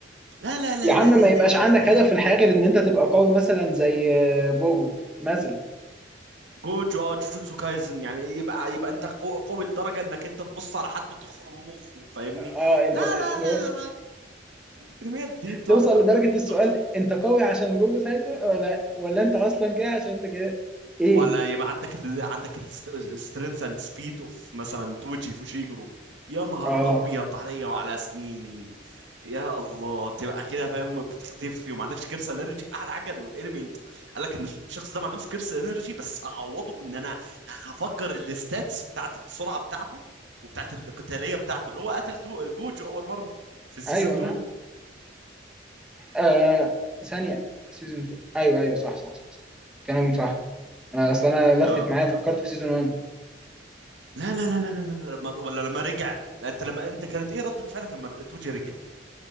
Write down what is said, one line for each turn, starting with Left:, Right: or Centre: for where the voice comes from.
Right: لا لا لا
Centre: يا عم
Right: لا
Centre: ما
Right: لا لا
Centre: يبقاش
Right: لا,
Centre: عندك
Right: لا.
Centre: هدف
Right: أي-
Centre: في الحياة غير ان انت تبقى قوي مثلا زي آه، جوجو مثلا
Right: جوجو اه جوجوتسو كايزن يعني يبقى يبقى انت قو- قوي لدرجه انك انت تبص على حد تخرم مخه فاهمني
Centre: اه اللي
Right: لا لا
Centre: اللي
Right: لا
Centre: هو
Right: لا الانميات دي تحفه
Centre: توصل لدرجة السؤال
Right: تحفه
Centre: انت قوي عشان جوجو سايتر ولا ولا انت اصلا كده عشان انت كده ايه
Right: ولا يبقى عندك ال... عندك السترينث اند سبيد اوف مثلا توجي فوشيجرو يا نهار
Centre: اه
Right: ابيض عليا وعلى سنيني يا الله تبقى كده فاهم بتختفي وما عندكش كرسي انرجي احلى حاجه انه الانمي قال لك ان الشخص ده ما عندوش كرسي انرجي بس هعوضه ان انا هفجر الستاتس بتاعت السرعه بتاعته وبتاعت القتاليه بتاعته اللي هو قتل تو جوجو اول مره في السيزون
Centre: ايوه
Right: 2
Centre: انا آه ثانية سيزون 2 ايوه ايوه صح صح صح, صح. كلامك صح آه اصل انا لفت
Right: اه
Centre: معايا فكرت في سيزون 1
Right: لا لا لا لا لا لا لا، ما- ولا لما رجع انت لما انت كانت ايه ردة فعلك لما توجي رجع